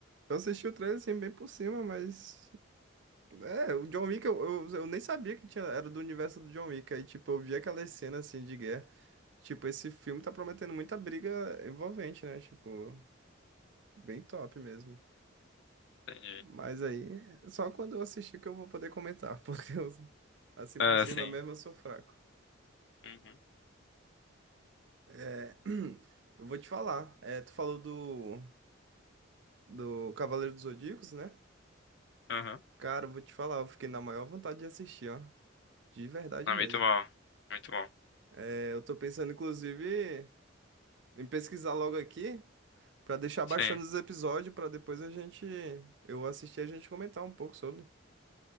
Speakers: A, on the right; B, on the left.
A: eu assisti o trailer assim, bem por cima, mas. É, o John Wick, eu, eu, eu nem sabia que tinha, era do universo do John Wick. Aí, tipo, eu vi aquelas cenas assim de guerra. Tipo, esse filme tá prometendo muita briga envolvente, né? Tipo, bem top mesmo.
B: Entendi.
A: Mas aí, só quando eu assistir que eu vou poder comentar, <laughs> porque eu- assim
B: É,
A: por cima
B: sim.
A: mesmo eu sou fraco.
B: Uhum.
A: É, <clears throat> eu vou te falar. É, tu falou do, do Cavaleiro dos Zodíacos, né?
B: Uhum.
A: Cara, eu vou te falar, eu fiquei na maior vontade de assistir, ó. De verdade
B: Ah,
A: mesmo.
B: muito bom. Muito bom.
A: É, eu tô pensando, inclusive, em pesquisar logo aqui pra deixar baixando
B: Sim.
A: os episódios pra depois a gente eu assistir e a gente comentar um pouco sobre.